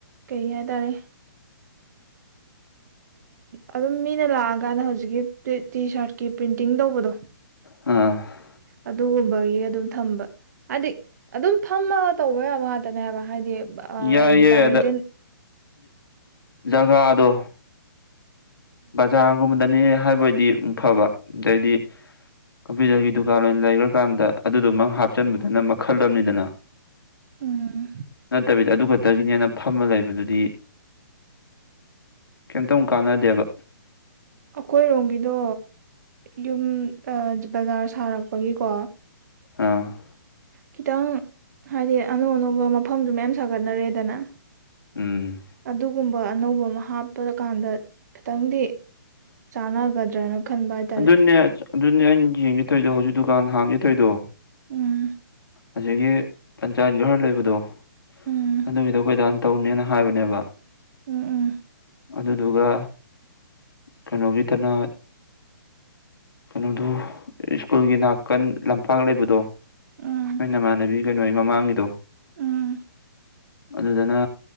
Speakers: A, on the right; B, on the left.
A: ꯀꯩ ꯍꯥꯏꯇꯥꯔꯦ ꯑꯗꯨꯝ ꯃꯤꯅ ꯂꯥꯛꯑꯀꯥꯟꯗ ꯍꯧꯖꯤꯛꯀꯤ ꯇꯤ ꯁꯥꯔꯠꯀꯤ ꯄ꯭ꯔꯤꯟ ꯤꯡ ꯇꯧꯕꯗꯣ
B: ꯑꯥ
A: ꯑꯗꯨꯒꯨꯝꯕ ꯑꯗꯨ ꯊꯝꯕ ꯍꯥꯏꯗꯤ ꯑꯗꯨꯝ ꯊꯃ ꯇꯧꯕ ꯌꯥꯕ ꯉꯇꯅꯦꯕ ꯍꯥꯏꯗꯤ
B: ꯌꯥꯏꯌꯦ
A: ꯗꯤꯄꯥꯔꯠꯃꯦꯟꯇꯦꯜ
B: ꯑꯗ ꯖꯒꯥꯗꯣ ꯕꯖꯥꯔꯒꯨꯝꯕꯗꯅꯦ ꯍꯥꯏꯕꯣꯏꯗꯤ ꯑꯃ ꯐꯕ ꯑꯗꯩꯗꯤ ꯀꯝꯄ꯭ꯌꯨꯇꯔꯒꯤ ꯗꯨꯀꯥꯟ ꯑꯣꯏꯅ ꯂꯩꯈ꯭ꯔꯀꯥꯟꯗ ꯑꯗꯨꯗꯨ ꯃ ꯍꯥꯞꯆꯤꯟꯕꯗꯨꯅ ꯃꯈꯜ ꯑꯃꯅꯤꯅꯤꯗꯅ
A: ꯎꯝ
B: ꯐꯠꯇꯕꯤꯗ ꯑꯗꯨ ꯈꯛꯇꯒꯤꯅꯦꯅ ꯐꯝꯃ ꯂꯩꯕꯗꯨꯗꯤ ꯀꯩꯝꯇꯨ ꯀꯥꯟꯅꯗꯦꯕ
A: ꯑꯩꯈꯣꯏꯔꯣꯝꯒꯤꯗꯣ ꯌꯨꯝ ꯕꯖꯥꯔ ꯁꯥꯔꯛꯄ ꯄꯒꯤ ꯀꯣ
B: ꯑꯥ
A: ꯈꯤꯇꯪ ꯍꯥꯏꯗꯤ ꯑꯅꯧ ꯑꯅꯧꯕ ꯃꯐꯝꯁꯨ ꯃꯌꯥꯝ ꯁꯥꯒꯠꯅꯔꯦꯗꯅ
B: ꯎꯝ
A: ꯑꯗꯨꯒꯨꯝꯕ ꯑꯅꯧꯕ ꯑꯃ ꯍꯥꯞꯄ ꯀꯥꯟꯗ ꯈꯤꯇꯪꯗꯤ ꯆꯥꯟꯅꯒꯗ ꯭ꯔꯅ ꯈꯟꯕ ꯍꯥꯏꯇꯥꯔꯦ
B: ꯑꯗꯨꯅꯦ ꯑꯗꯨꯅꯦ ꯑꯩꯅ ꯌꯦꯡꯒꯦꯠꯇꯣꯏꯗꯣ ꯍꯧꯖꯤꯛ ꯗꯨꯀꯥꯟ ꯍꯥꯡꯒꯦ ꯇꯣꯏꯗꯣ
A: ꯎꯝ
B: ꯑꯁꯤꯒꯤꯒꯤ ꯄꯟꯆꯥꯌꯦꯠ ꯘꯔ ꯂꯩꯕꯗꯣ
A: ꯎꯝ
B: ꯑꯗꯨꯒꯤꯗꯣ ꯀꯣꯏꯗꯥꯥꯟ ꯇꯧꯅꯦꯅ ꯍꯥꯏꯕꯅꯦꯕ
A: ꯎꯝ ꯎꯝ
B: ꯑꯗꯨꯗꯨꯒ ꯀꯩꯅꯣꯒꯤꯗꯅ ꯀꯩꯅꯣꯗꯨ ꯁ꯭ꯀꯨꯜꯒꯤ ꯅꯥꯀꯟ ꯂꯝꯄꯥꯛ ꯂꯩꯕꯗꯣ
A: ꯎꯝ
B: ꯑꯩ ꯅꯃꯥꯟꯅꯕꯤ ꯀꯩꯅꯣ ꯑꯩ ꯃꯃꯥꯡꯒꯤꯗꯣ
A: ꯎꯝ
B: ꯑꯗꯨꯗꯅ